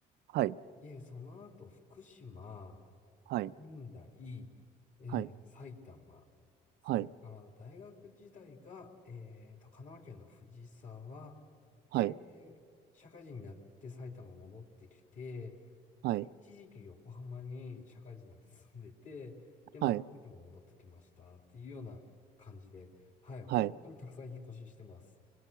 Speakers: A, on the right (about 75°); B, on the left (about 45°).
A: はい、
B: で、その後福島、
A: はい、
B: 仙台、えー埼玉、
A: はい、
B: それから大学時代が、
A: はい、
B: えーと、神奈川県の藤沢で、
A: はい、
B: えー社会人になって埼玉戻ってきて、
A: はい、
B: で、一時期横浜に社会人になって住んでて、で、また埼玉戻ってきましたっていうような感じで、
A: はい、
B: はい、本当にたくさん引っ越ししてます。
A: はい。